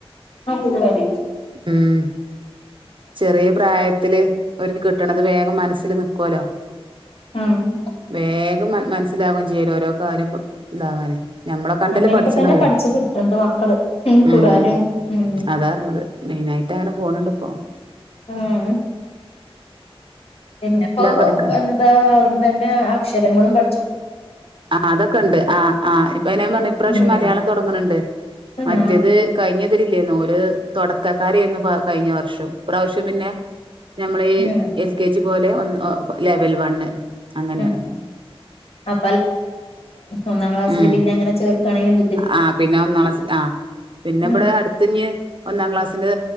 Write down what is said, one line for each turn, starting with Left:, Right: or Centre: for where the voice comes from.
Left: ഇതുവരെയും
Right: ഉം ചെറിയ പ്രായത്തില് അവര്ക്ക് കിട്ടണത് വേഗം മനസ്സില് നിൽക്കുവലോ.
Left: ആഹ്
Right: വേഗം മ മനസ്സിലാവേം ചെയ്യരോ ഓരോ കാര്യം ഇതാവാന്. ഞമ്മളെ കണ്ടല്ലേ
Left: അങ്ങനെയൊക്കെ
Right: പഠിച്ചന്നവരും,
Left: തന്നെ പഠിച്ച് കിട്ടണ്ട് മക്കള് ഖുറാന്
Right: ഉം
Left: ഉം
Right: അതാറഞ്ഞത്. മെയിനായിട്ട് അങ്ങനെ പോണണ്ട് ഇപ്പോ.
Left: ഉം പിന്നപ്പോ
Right: പഠിക്കണ്
Left: എന്താ അവിടുന്നന്നെ അക്ഷരങ്ങളും പ
Right: ആ അതൊക്കെ ഉണ്ട് ആഹ് ആഹ് ഇപ്പയി ഞാൻ പറഞ്ഞെ ഇപ്രാവശ്യം
Left: ഉം
Right: മലയാളം തൊടങ്ങണണ്ട്. മറ്റേത്
Left: ആഹ്
Right: കഴിഞ്ഞതിരില്ലേന്ന് ഓര് തൊടക്കക്കാരായിരുന്നു പ കഴിഞ്ഞ വർഷം ഇപ്രാവശ്യം പിന്നെ നമ്മളെ ഈ
Left: ഉം
Right: എൽ കെ ജി പോലെ ഒന്ന് ഒ ലെവൽ വണ്ണ്. അങ്ങനെയാണ്
Left: ഉം അ <unintelligible> ഒന്നാം ക്ലാസ്സില്
Right: ഉം
Left: പിന്നങ്ങനെ ചേർക്കാണെങ്കിലും ബു
Right: ആ പിന്നെ ഒന്നാ ക്ലാസിൽ ആ പിന്നെ
Left: ഉം
Right: ഇവിടെ അട് ത്തിങ്ങ് ഒന്നാം ക്ലാസ്സിന്റെ